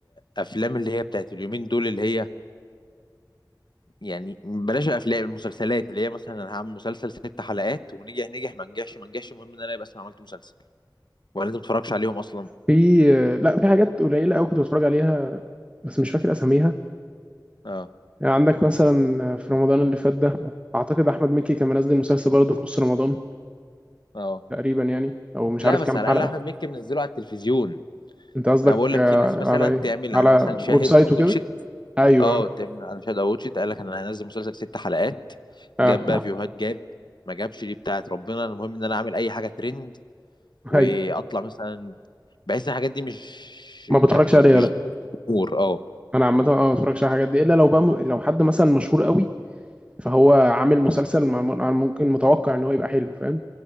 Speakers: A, on the left; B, on the right.
A: افلام اللي هي بتاعت اليومين دول اللي هي يعني بلاش الافلام المسلسلات اللي هي مثلا انا هعمل مسلسل ست حلقات ونجح نجح ما نجحش ما نجحش المهم ان انا يبقى اسمي عملت مسلسل ولا انت ما بتتفرجش عليهم اصلا
B: في آه، لا في حاجات قليله قوي كنت بتفرج عليها بس مش فاكر اساميها
A: اه
B: يعني عندك مثلا آه، في رمضان اللي فات ده اعتقد احمد مكي كان منزل مسلسل برضه في نص رمضان
A: اه
B: تقريبا يعني او مش
A: لا
B: عارف
A: بس
B: كام
A: على
B: حلقه
A: الاقل احمد مكي منزله على التلفزيون
B: انت قصدك
A: انا بقول لك
B: آه،
A: في ناس مثلا
B: على ايه
A: تعمل
B: على
A: على مثلا شاهد
B: ويب سايت
A: او
B: وكده
A: واتشت
B: ايوه
A: اه تعمل على شاهد او واتشت قال لك انا هنزل مسلسل ست حلقات
B: اه
A: جاب بقى فيوهات جاب ما جابش دي بتاعت ربنا المهم ان انا اعمل اي حاجه ترند واطلع
B: ايوه
A: مثلا بحس ان الحاجات دي مش
B: ما بتفرجش
A: يعني
B: عليها
A: إيه، مش
B: لا
A: جمهور اه
B: انا عامه اه ما بتفرجش على الحاجات دي الا لو بقى م... لو حد مثلا مشهور قوي فهو عامل مسلسل مع... مع- ممكن متوقع ان هو يبقى حلو فاهم